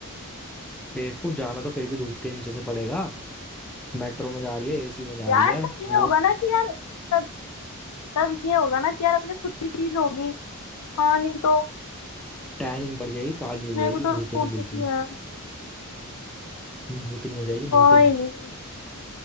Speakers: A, in the centre; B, on the left.
A: बेवकूफ जाना तो फिर भी धूप के नीचे से पड़ेगा मेट्रो में जा रही है एसी में जा
B: यार
A: रही है
B: तब ये
A: वो
B: होगा ना कि यार तब तब ये होगा ना कि यार अपने खुद की चीज होगी हाँ नहीं तो
A: टैनिंग पड़ जाएगी काली हो जाएगी
B: मेरे को तो
A: भूतनी
B: स्कूटी
A: बिल्कुल
B: चाहिए
A: भूतनी हो जाएगी
B: कोई
A: भूतनी
B: नहीं